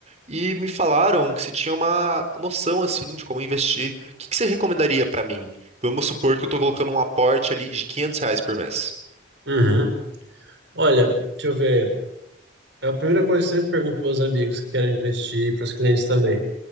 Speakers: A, on the right; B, on the right.
A: E me falaram que você tinha uma noção, assim, de como investir. O que que você recomendaria pra mim? Vamos supor que eu tô colocando um aporte ali de 500 reais por mês.
B: uhum. Olha, deixa eu ver. É a primeira coisa que eu sempre pergunto para meus amigos que querem investir e para os clientes também.